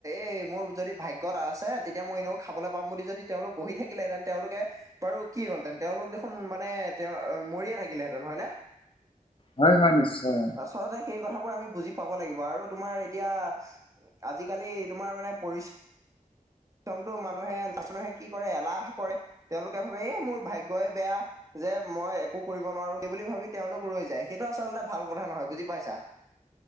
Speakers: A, on the right; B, on the left.
A: এই মোৰ যদি ভাগ্য, ত আছে তেতিয়া মই এনেও খাবলৈ পাম বুলি যদি তেওঁলোক বহি থাকিলেহেঁতেন তেওঁলোকে। বাৰু কি হ'লহেতেন তেওঁলোক দেখোন মানে তেওঁ মৰিয়ে থাকিলেহেঁতেন হয়নে।
B: অ হয় হয় নিশ্চয় অ
A: আচলতে সেই কথাবোৰ আমি বুজি পাব লাগিব আৰু তোমাৰ এতিয়া। আজিকালি তোমাৰ মানে পৰিশ্ৰ মটো মানুহে <unintelligible> কি কৰে এলাহ কৰে তেওঁলোকে ভাবে এই মোৰ ভাগ্যই, বেয়া। যে মই একো কৰিব নোৱাৰো সেই বুলি ভাবি তেওঁলোক ৰৈ যায় সেইটো আচলতে ভাল কথা নহয় বুজি পাইছা।